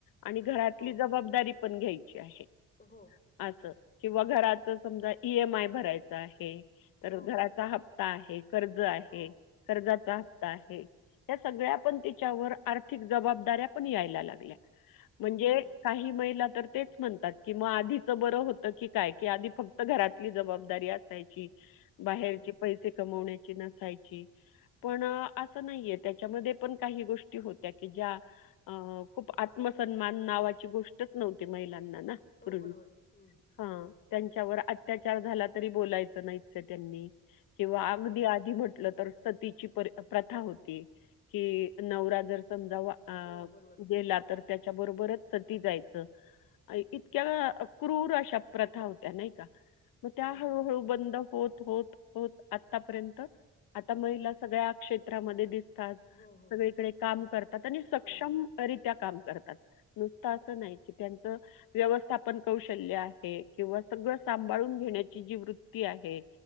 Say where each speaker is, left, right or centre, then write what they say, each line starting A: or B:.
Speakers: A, on the left; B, on the left.
A: आणि घरातली
B: हो.
A: जबाबदारी पण घेई ची आहेअस
B: हो,
A: किंवा घराच समजा ई एम आय भरायचा आहे तर
B: हो.
A: घराचा हप् काआहेत कर्ज आहे
B: हो.
A: कर्जात त्या आहे या सगळ्या पण त्याच्यावर आर्थिक जबाबदाऱ्या पण यायला लागल्या म्हणजे
B: हो, बरोबर.
A: काही महिला तर तेच म्हणतात की मग आधीच बरं होतं की काय की आधी फक्त घरातली जबाबदारी असायची बाहेरचे
B: हो.
A: पैसे कमवण्या ची नसायची पण असं नाहीये त्याच्यामध्ये पण काही गोष्टी होत्या की ज्या खूप आत्मसन्मान नावाची गोष्टच नव्हती महिला नना
B: हो
A: फिरून
B: बरोबर हम्म
A: हं
B: हम्म
A: त्यांच्यावर अत्याचार अत्याचार झाला तरी बोलायच नाही च त्यांनी किंवा अगदी
B: हो
A: आज म्हटल तर सतीची प्र प्रथा होती की नवरा जर समजा वाआ
B: हो
A: अ
B: बरोबर
A: गेला तर त्याच्याबरोबरच सती जायचं इतक्या क्रूर अशा प्रथा होत्या नाही का. म त्या
B: हो
A: आ हळूहळू बंद होत होत होत आतापर्यंत आता महिला सगळ्या क्षेत्रमध्ये दिस कात
B: हो हो
A: सगळीकडे काम करतात आणि सक्षम
B: हो
A: रित त्या काम करतात नुसत असं नाही क त्यांच व्यवस्थापन कौशल्य आहे हे किंवा सगळं सांभाळून घेण्याची जी वृत्ती आहे.